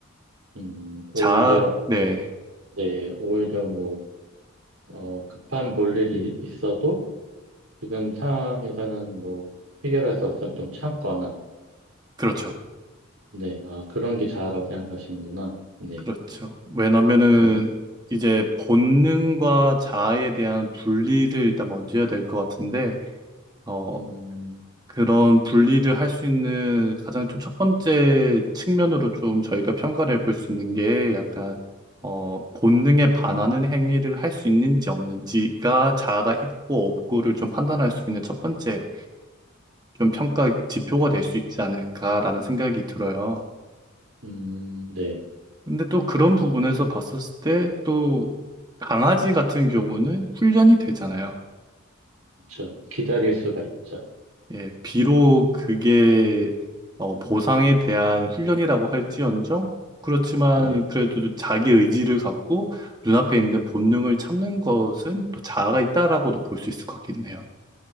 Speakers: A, on the right (about 85°); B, on the right (about 20°).
A: 음, 오히려,
B: 자아, 네,
A: 네, 오히려 뭐, 어, 급한 볼일이 있어도 지금 상황에서는 뭐 해결할 수 없으면 좀 참거나,
B: 그렇죠.
A: 네, 아, 그런 게 자아라고 생각하시는구나. 네,
B: 그렇죠. 왜냐면은
A: 음,
B: 이제 본능과 자아에 대한 분리를 일단 먼저 해야 될 것 같은데, 어,
A: 음,
B: 그런 분리를 할 수 있는 가장 좀 첫 번째 측면으로 좀 저희가 평가를 해볼 수 있는 게 약간, 어, 본능에 반하는 행위를 할 수 있는지 없는지가 자아가 있고 없고를 좀 판단할 수 있는 첫 번째 좀 평가 지표가 될 수 있지 않을까라는 생각이 들어요.
A: 음, 네,
B: 근데 또 그런 부분에서 봤었을 때 또 강아지 같은 경우는 훈련이 되잖아요.
A: 그렇죠. 기다릴 수가 있죠.
B: 예, 비록 그게 어, 보상에 대한 훈련이라고 할지언정 그렇지만
A: 네,
B: 그래도 자기 의지를 갖고 눈앞에 있는 본능을 참는 것은 또 자아가 있다라고도 볼 수 있을 것 같기는 해요.